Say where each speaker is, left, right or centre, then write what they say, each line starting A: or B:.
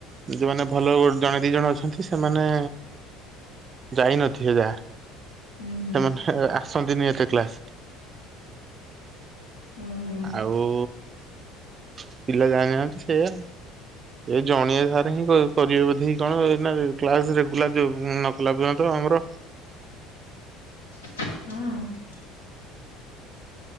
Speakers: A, on the right; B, on the left.
A: ଯେଉମାନେ ଭଲ ଜଣେ ଦିଇ ଜଣ ଅଛନ୍ତି ସେମାନେ ଯାଇନଥିଲେ ଯାହା।
B: ହୁଁ ହୁଁ
A: ସେମାନେ <unintelligible> ଆସନ୍ତିନି ଏତେ କ୍ଲାସ୍।
B: ହୁଁ ହୁଁ
A: ଆଉ ପିଲା ଜାଣିନାହାନ୍ତି ସେୟା। ଏ ଜଣିଏ ସାର ହିଁ କରିବେ ବୋଧେ କଣ ନା କ୍ଲାସ୍ ରେଗୁଲାର <unintelligible> ମୁଁ ନକଲା ପର୍ଯ୍ୟନ୍ତ ଆମର
B: ହଁ।